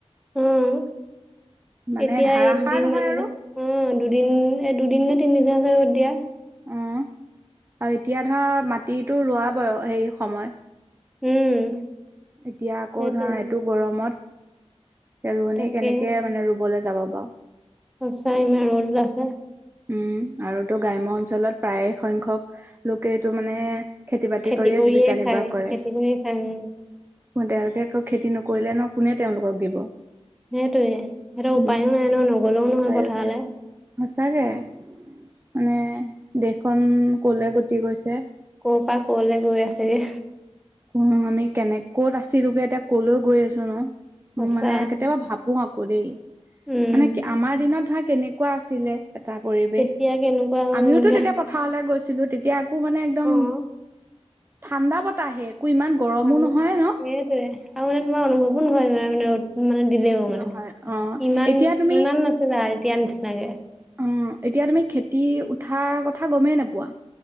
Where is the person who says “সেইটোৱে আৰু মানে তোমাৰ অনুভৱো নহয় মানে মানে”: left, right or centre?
Centre